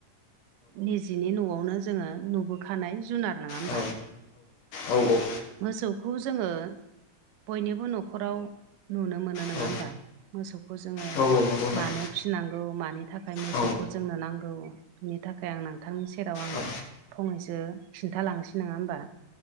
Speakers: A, on the right; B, on the left.
A: निजिनि न'आवनो जोङो नुबोखानाय जुनार। नोङा होमबा?
B: औ औ औ।
A: मोसौखौ जोङो। बयनिबो न'खराव नुनो मोनो नङा
B: औ
A: होमबा। मोसौखौ जोङो
B: औ औ नंगौ नोंथां
A: मानो फिनांगौ मानि थाखाय मोसौखौ
B: औ
A: जोंनो नांगौ। बिनि थाखाय आं नोंथांनि सेराव आङो
B: औ
A: फंनैसो खिन्थालांसै। नङा होमबा?